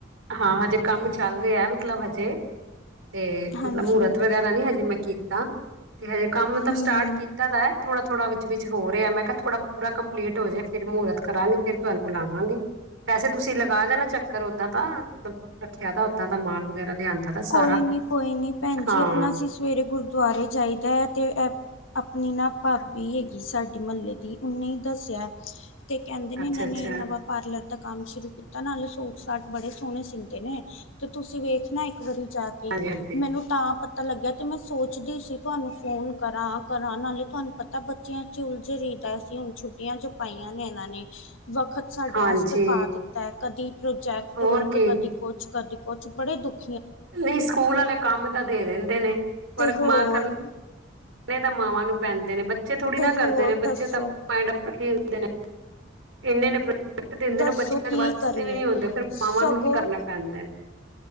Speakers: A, on the right; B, on the left.
A: ਹਾਂ ਹਜੇ ਕੰਮ ਚੱਲ ਰਿਹਾ ਮਤਲਬ ਹਜੇ ਤੇ
B: ਹਾਂਜੀ
A: ਮਤਲਬ ਮਹੂਰਤ ਵਗੈਰਾ ਨੀ ਹਜੇ ਮੈਂ ਕੀਤਾ। ਤੇ ਹਜੇ ਕੰਮ ਤਾਂਬ
B: ਹਮ
A: ਸਟਾਰਟ ਕੀਤਾ ਦਾ ਵੇ। ਥੋੜਾ-ਥੋੜਾ ਵਿਚ ਵਿਚ ਹੋ ਰਿਹਾ। ਮੈਂ ਕਿਹਾ ਥੋੜਾ ਪੂਰਾ ਕੰਪਲੀਟ ਹੋ ਜਾ। ਫਿਰ ਮੁਹੂਰਤ ਕਰਾਂਗੇ ਫਿਰ ਤੁਹਾਨੂੰ ਬੁਲਾਵਾਂਗੇ ਪੈਸੇ ਤੁਸੀਂ ਲਗਾ ਜਾਣਾ ਚੱਕਰ ਓਦਾਂ ਤਾ ਮਲਬ ਰੱਖਿਆ ਤਾਂ ਉਦਾ ਮਾਲ ਵਗੈਰਾ ਲਿਆਂਦਾ। ਦਾ
B: ਕੋਈ
A: ਸਾਰਾ
B: ਨੀ ਕੋਈ ਨੀ ਭੈਣ
A: ਹਾਂ
B: ਜੀ ਆਪਣਾ ਅਸੀ ਸਵੇਰੇ ਗੁਰਦੁਆਰੇ ਜਾਈਦਾ ਹੈ ਤੇ ਨਾ ਭਾਬੀ ਹੈਗੀ ਸਾਡੇ ਮਹੱਲੇ ਦੀ ਉਹੇ ਦੱਸਿਆ। ਤੇ ਕਹਿੰਦੇ ਨੇ
A: ਅੱਛਾ
B: ਇਹਨਾਂ
A: ਅੱਛਾ
B: ਨੇ ਨਵਾਂ ਪਾਰਲਰ ਦਾ ਕੰਮ ਸ਼ੁਰੂ ਕੀਤਾ ਨਾ ਹੇ ਸੂਟ ਸਾਟ ਬੜੇ ਸੋਹਣੇ ਸੀਂਦੇ ਨੇ ਤੇ ਤੁਸੀਂ ਵੇਖਣਾ ਇੱਕ ਵਾਰੀ ਜਾ ਕੇ
A: ਹਾਂਜੀ ਹਾਂਜੀ
B: ਮੈਨੂੰ ਤਾਂ ਪ ਪਤਾ ਲੱਗਿਆ ਤੇ ਮੈਂ ਸੋਚਦੀ ਸੀ ਤੁਹਾਨੂੰ ਫੋਨ ਕਰਾਂ ਕਰਾਂ ਨਾਲੇ ਤੁਹਾਨੂੰ ਪਤਾ ਬੱਚਿਆਂ ਚ ਉਲਝੇ ਰੀਦਾ ਸੀ ਹੁਣ ਛੁੱਟੀਆਂ ਚ ਪਾਈਆਂ ਨੇ ਇਹਨਾਂ ਨੇ ਵੱਖਤ ਸਾਡੇ
A: ਹਾਂਜੀ
B: ਵਾਸਤੇ ਪਾ ਦਿੱਤਾ ਹੈ ਕਦੀ ਪ੍ਰੋਜੈਕਟ
A: ਹੋਰ
B: ਵਰਕ
A: ਕੀ
B: ਕਦੀ ਕੁਛ ਕਰਦੀ ਕੁਛ ਬੜੇ ਦੁੱਖ,
A: ਨਹੀਂ ਸਕੂਲ ਵਾਲੇ ਕੰਮ ਤਾਂ ਦੇ ਦਿੰਦੇ ਨੇ ਪਰ
B: ਤੇ ਹੋਰ
A: ਮਾ ਕਰਨੇ ਤਾਂ ਮਾਵਾਂ ਨੂੰ ਪੈਂਦੇ ਨੇ ਬੱਚੇ ਬੱਚੇ ਥੋੜ੍ਹੀ
B: ਤੇ
A: ਨਾ ਕਰਦੇ
B: ਹੋਰ
A: ਨੇ ਬੱਚੇ
B: ਦੱਸੋ
A: ਤਾਂਡ ਖੇਲਦੇ ਨੇ ਇਨੇ ਨੇ ਟ ਦਿੰਦੇ
B: ਦੱਸੋ
A: ਨੇ ਬੱਚਿਆਂ
B: ਕੀ
A: ਦੇ ਵਾਸਤੇ
B: ਕਰੀਏ
A: ਵੀ ਨੀ ਆਦੇ ਫਿਰ
B: ਸਗੋਂ
A: ਮਾਵਾਂ ਨੂੰ ਹੀ ਕਰਨੇ ਪੈਂਦੇ ਨੇ